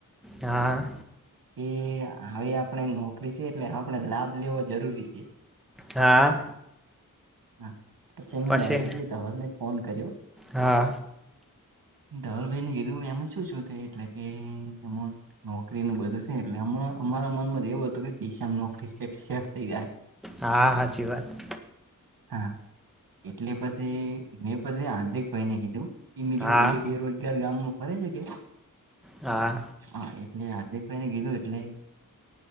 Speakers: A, in the centre; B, on the right.
A: હા.
B: એ હવે આપણે નોકરી છે એટલે આપણે લાભ લેવો જરૂરી છે.
A: હા.
B: હા. પસે મેં
A: પછી
B: ડાયરેકલી ધવલને ફોન કર્યો.
A: હા
B: ધવલભાઈને કીધું એમાં શું શું થ એટલે કેમ નોકરી નું બધું છે એટલે અમારા મનમાં જ એવું હતું કે દિશા નોકરી સેટ થઈ ગયા.
A: હા સાચી વાત.
B: હા એટલે પછી મેં પછી હાર્દિક ભાઈ ને કીધું.
A: હા
B: એ એ બેરોજગાર ગામમાં ફરે છે કે.
A: હા.
B: હા એટલે હાર્દિક ભાઈ ને કીધું એટલે